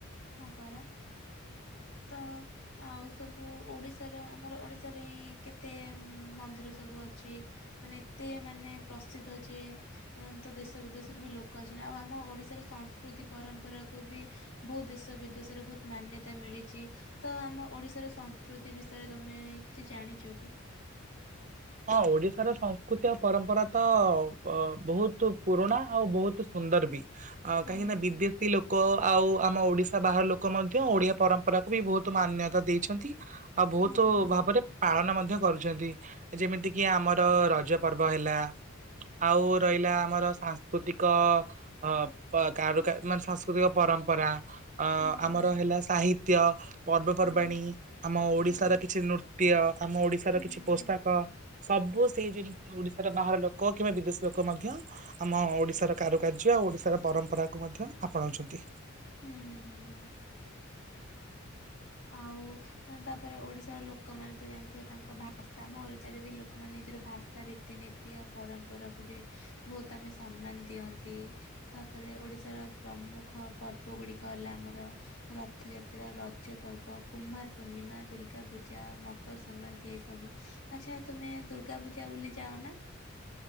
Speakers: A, on the left; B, on the right.
A: ହଁ ପରା ତ ଆଉ ସବୁ ଓଡିଶାର, ଆମର ଓଡିଶାରେ ଏଇ କେତେ ଉଁ ମନ୍ଦିର ସବୁ ଅଛି। ମାନେ ଏତେ ମାନେ ପ୍ରସିଦ୍ଧ ଯେ ମାନେ ତ ଦେଶ ବିଦେଶରୁ ବି ଲୋକ ଆସୁଛନ୍ତି ଆଉ ଆମ ଓଡିଶାର ସଂସ୍କୃତି ପରମ୍ପରା କୁ ବି ବହୁ ଦେଶ ବିଦେଶରେ ବହୁତ ମାନ୍ୟତା ମିଳିଛି ତ ଆମ ଓଡିଶାର ସଂସ୍କୃତି ବିଷୟରେ ତମେ କିଛି ଜାଣିଛ କି?
B: ହଁ ଓଡିଶାର ସଂସ୍କୃତି ଆଉ ପରମ୍ପରା ତ ଅ ବହୁତ ପୁରୁଣା ଆଉ ବହୁତ ତ ସୁନ୍ଦର ବି ଆ
A: ହଁ
B: କାହିଁକି ନା
A: ହଁ
B: ବିଦେଶୀ ଲୋ କ ଆଉ ଆମ ଓଡିଶା ବାହାର ଲୋକ ମଧ୍ୟ ଓଡିଆ ପରମ୍ପରାକୁୁ ବି ବହୁତ ମାନ୍ୟତା ଦେଇଛନ୍ତି। ଆଉ ବହୁତ
A: ହଁ ହଁ
B: ଭାବରେ ପାଳନ ମଧ୍ୟ କରୁଛନ୍ତି। ଯେମିତିକି ଆମର ରଜ ପର୍ବ ହେଲା ଆଉ ରହିଲା ଆମର ସାଂସ୍କୃତିକ ଅ ପା କାରୁ ମାନେ ସାଂସ୍କୃତିକ ପରମ୍ପରା ଅ
A: ହଁ ହଁ
B: ଆମର ହେଲା ସାହିତ୍ୟ ପର୍ବପର୍ବାଣି
A: ହଁ ହଁ ହଁ ହଁ
B: ଆମ
A: ହଁ
B: ଓଡିଶାର କିଛି ନୃତ୍ୟ ଆମ ଓଡିଶାର
A: ହୁଁ
B: କିଛି
A: ହୁଁ
B: ପ
A: ହୁଁ
B: ହଁ ସବୁ ସେଇ ଯେତି ଓଡିଶାର ବାହାର ଲୋକ କିମ୍ବା ବିଦେଶୀ ଲୋକ ମଧ୍ୟ ଆମ ଓଡିଶାର କାରୁକାର୍ଯ୍ୟ ଆଉ ଓଡିଶାର ପରମ୍ପରା କୁ ମଧ୍ୟ ଆପଣଉଛନ୍ତି।
A: ହୁଁ ହୁଁ ହୁଁ ହୁଁ। ଆଉ ଆଉ ତାପରେ ଓଡିଶାର ଲୋକମାନେ ତ ଜାଣିଥିବେ ତାଙ୍କ ଭା ଭାଷା ଆମ ଓଡିଶାରେ ବି ଲୋକମାନେ ନିଜର ଭାଷା ତିନୀତିଆ ପରମ୍ପରାକୁ ବି ବହୁତ ଆମେ ସମ୍ମାନ ଦିଅନ୍ତି। ତାପରେ ଓଡିଶାର ପ୍ରମୁଖ ପର୍ବ ଗୁଡିକ ହେଲା ଆମର ରଥଯାତ୍ରା ର ଜ ପର୍ବ, କୁମାର ପୂର୍ଣ୍ଣିମା, ଦୁର୍ଗା ପୂଜା, ମକର ସଂକ୍ରାନ୍ତି ଏସବୁ। ଆଚ୍ଛା ତୁମେ ଦୁର୍ଗା ପୂଜା ବୁଲି ଯାଅ ନା?